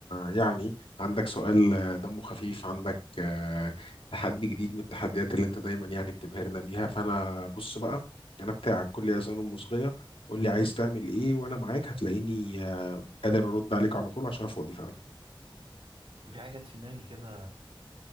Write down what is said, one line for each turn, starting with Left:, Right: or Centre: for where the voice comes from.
Left: يعني عندك سؤال آه، دمه خفيف عندك آه تحدي جديد من التحديات اللي أنت دايما يعني بتبهرنا بيها فأنا بص بقى أنا بتاعك كل أذان ومصغية قول لي عايز تعمل إيه وأنا معاك هتلاقيني آه، قادر أرد عليك على طول عشان أنا فاضي فعلا
Right: في حاجة جت في دماغي كده